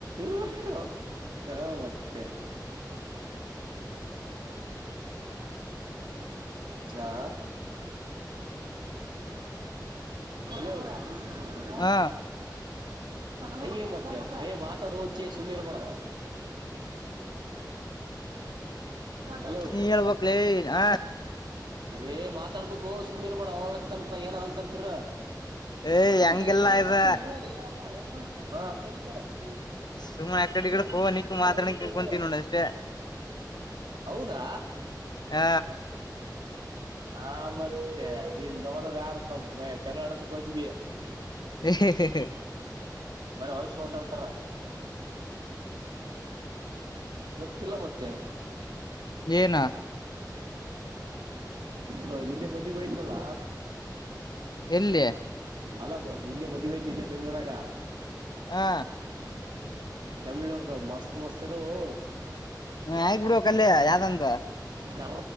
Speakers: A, on the right; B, on the left.
A: <unintelligible> ಹಾ ಮತ್ತೆ ಆಾ ಅ ಆ
B: ಹಾ
A: ಹಂಗೇ ಮತ್ತೆ ಏ್ ಮಾತಾಡ ಹ ಚಿ ಸುೀರ್ ಬಡ ಹಲೋ
B: ನೀ ಹೇಳ್ಬಕ್ಲೇ ಹ
A: ಏ ಮಾತಾಡ್ಬೇಕು ಸುಮ್ ಇರ್ಬೇ ಅವಲಕ್ಕಂತ ಏನ ಅಕಂತರ
B: ಏಯ್
A: ಯದಕ
B: ಹಂಗೆಲ್ಲಾ
A: ಏನ
B: ಇದ
A: ಬರ್ತೇನಿ ಹೇಳಲಿ <unintelligible>
B: ಸುಮ್ಮನೆ ಅಕಡೆ ಈ ಕಡೆ
A: ಏನೋ ನಿಂತ್
B: ನಿಕ್ಕು
A: ಹೇಳ ನಮ್ಮ
B: ಮಾತ್ರ
A: ಹುಡ್ಗ್ರು ಅದಾವ
B: ಕುಂತಿನಿ ನೋಡು ಅಷ್ಟೇ
A: ಹೌದಾ
B: ಹ
A: ಆ ಮತ್ತೆ ಇವದ ಯಾರ ಜಗಳ ಆಡೋದಕ್ಕೆ ಹೊಗಿದೆ
B: ಹೇ ಹೇ ಹೇ
A: ಬರ ಹೊಲ್ಸ ಮಾತಾಡ್ತಾರ ಗೊತ್ತಿಲ್ಲ ಮತ್ತೆ
B: ಏನಾ
A: ಅ ನಿನ್ನೆ ಮದ್ವೆ ಹೋಗಿದ್ನಲ್ಲ
B: ಎಲ್ಲಿ
A: ಅಲ್ಲ ನಿನ್ನೆ ಮದ್ವೆ ಇತ್ತು ಇಲ್ಲೆ ಬೆಂಗಳೂರಾಗ
B: ಹಾ
A: ತಮಿಳ್ ಅವರ್ದು ಮಸ್ತ್ ಮಸ್ತ್ ಇದಾವು
B: ಹ ಆಗ್ ಬಿಡುವ ಕಲ್ಲಿ ಯಾವ್ದಂದು
A: ಕರ